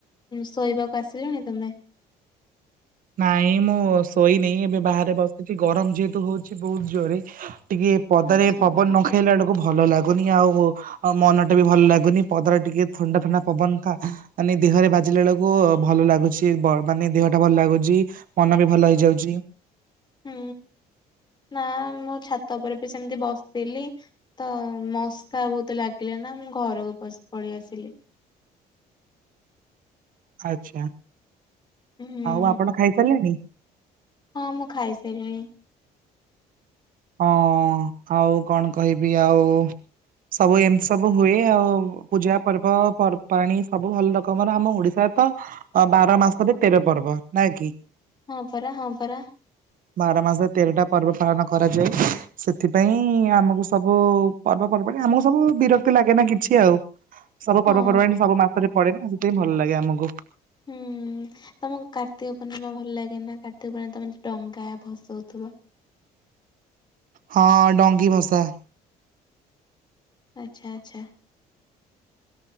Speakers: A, on the left (about 25°); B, on the right (about 55°).
A: ଶୋଇବାକୁ ଆସିଲଣି ତମେ?
B: ନାଇଁ ମୁଁ ଶୋଇନି ଏବେ ବାହାରେ ବସିଛି ଗରମ ଯେହେତୁ ହଉଛି ବହୁତ ଜୋରରେ। ଟିକେ ପଦାରେ
A: ଆଚ୍ଛା
B: ପବନ
A: ଆଚ୍ଛା
B: ନ ଖାଇଲା ବେଳକୁ ଭଲ ଲାଗୁନି ଆଉ। ଆଉ ମନ ଟା ବି ଭଲ ଲାଗୁନି, ପଦାର ଟିକେ ଥଣ୍ଡା ଥଣ୍ଡା ପବନ ଖା ମାନେ ଦେହରେ ବାଜିଲା ବେଳକୁ ଭଲ ଲାଗୁଛି, ମାନେ ଦେହଟା ଭଲ ଲାଗୁ ଚି, ମନ ବି ଭଲ ହେଇଯାଉଚି।
A: ହୁଁ, ନା ମୁଁ ଛାତ ଉପରେ ପି ସେମିତି ବସିଥିଲି। ତ, ମଶକା ବହୁତ ଲାଗିଲେ ନା, ମୁଁ ଘରକୁ ପସ ପଳେଇ ଆସିଲି।
B: ଆଛା।
A: ହୁଁ।
B: ଆଉ ଆପଣ ଖାଇସାରିଲେଣି?
A: ହଁ, ମୁଁ ଖାଇସାଇଲିଣି।
B: ହଁ, ଆଉ କଣ କହିବି? ଆଉ ସବୁ ଏମିତି ସବୁ ହୁଏ ଆଉ, ପୂଜା ପର୍ବ ପର୍ବାଣୀ ସବୁ ଭଲ ରକମର ଆମ ଓଡିଶା <unintelligible> ବାର ମାସରେ ତେର ପର୍ବ ନାକି?
A: ହଁ ପରା, ହଁ ପରା।
B: ବାର ମାସରେ ତେରଟା ପର୍ବ ପାଳନ କରାଯାଏ, ସେଥିପାଇଁ ଆମକୁ ସବୁ ପର୍ବପର୍ବାଣି ଆମକୁ ସବୁ ବିରକ୍ତି ଲାଗେ ନା କିଛି ଆଉ। ସବୁ
A: ହଁ
B: ପର୍ବପର୍ବାଣି ସବୁ ମାସରେ ପଡେ ନା, ସେଥିପାଇଁ ଭଲ ଲାଗେ ଆମକୁ।
A: ହୁଁ। ତମକୁ କାର୍ତ୍ତିକ ପୂର୍ଣ୍ଣିମା ଭଲ ଲାଗେ ନା, କାର୍ତ୍ତିକ ପୂର୍ଣିମା ତମେ ଯ ଡଙ୍ଗା ଭସଉଥୁବ।
B: ହଁ, ଡଙ୍ଗି ଭସା।
A: ଆଛା ଆଛା।